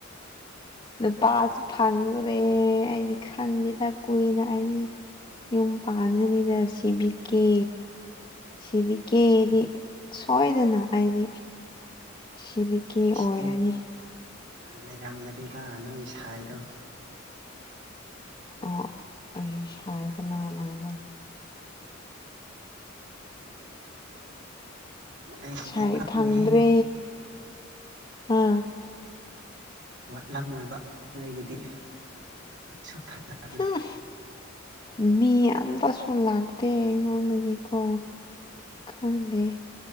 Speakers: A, on the left; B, on the right.
A: ꯅꯨꯄꯥꯁꯨ ꯐꯪꯂꯨꯔꯦ ꯑꯩꯗꯤ ꯈꯪꯗꯦꯗ ꯀꯨꯏꯅ ꯑꯩꯗꯤ ꯌꯨꯝ ꯄꯥꯟꯒꯅꯤꯗ ꯁꯤꯕꯤꯛꯀꯦ ꯁꯤꯕꯤꯀꯦꯗꯤ ꯁꯣꯏꯗꯅ ꯑꯩꯗꯤ ꯁꯤꯕꯤ ꯀꯦ ꯑꯣꯏꯔꯅꯤ
B: ꯅꯪ ꯂꯩꯔꯝꯒꯅꯤꯗ ꯅꯪꯒꯤ ꯁꯥꯏꯗꯣ
A: ꯑꯣ ꯑꯩꯁ ꯍꯥꯏ ꯀꯅꯥ ꯂꯕ
B: ꯅꯣꯏꯒꯤꯗꯤ
A: ꯁꯥꯏ
B: ꯋꯥꯠꯂꯝꯃꯦꯍꯦ
A: ꯐꯪꯗ꯭ꯔꯦ ꯑꯥ
B: ꯋꯥꯠꯂꯝ ꯑꯣꯏꯕ ꯅꯣꯏꯒꯤꯗꯤꯁꯨ ꯐꯖꯕꯗ
A: ꯍꯨꯝ ꯃꯤ ꯑꯇꯁꯨ ꯂꯥꯛꯇꯦ ꯑꯩꯉꯣꯟꯗꯗꯤꯀꯣ ꯈꯪꯗꯦ